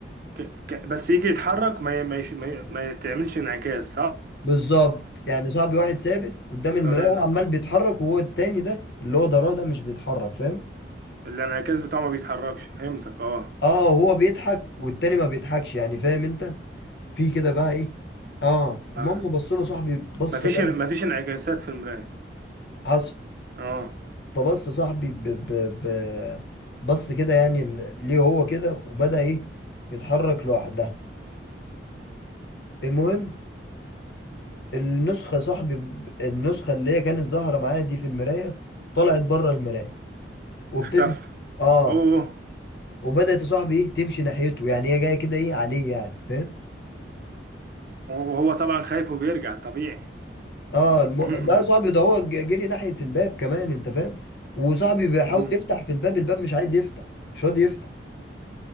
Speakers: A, on the right (about 50°); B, on the left (about 65°).
A: ك... ك... بس يجي يتحرك ما ي... ما, يش... ما, ي... ما يتعملش انعكاس صح
B: بالظبط يعني صاحبي واحد ثابت قدام المراية
A: الله ينور
B: وهو عمال بيتحرك وهو التاني ده اللي هو ضراه ده مش بيتحرك فاهم
A: الانعكاس بتاعه ما بيتحركش فهمتك اه
B: اه هو بيضحك والتاني ما بيضحكش يعني فاهم انت في كده بقى ايه اه المهم
A: ف
B: بص له صاحبي بص
A: مفيش
B: جنب
A: مفيش انعكاسات في المراية
B: حصل
A: اه
B: فبص صاحبي ب... ب... ب... بص كده يعني ل- ليه هو كده وبدأ ايه يتحرك لوحدها المهم النسخة صاحبي النسخة اللي هي كانت ظاهرة معايا دي في المراية طلعت بره المراية وابتدت
A: اختفى
B: اه
A: اوه
B: وبدأت يا صاحبي ايه تمشي ناحيته يعني هي جاية كده ايه عليه يعني فاهم
A: وهو طبعا خايف وبيرجع طبيعي
B: اه الم...
A: <clears throat>
B: لا صاحبي ده هو ج- جري ناحية الباب كمان انت فاهم وصاحبي بيحاول
A: أمم.
B: يفتح في الباب الباب مش عايز يفتح مش راضي يفتح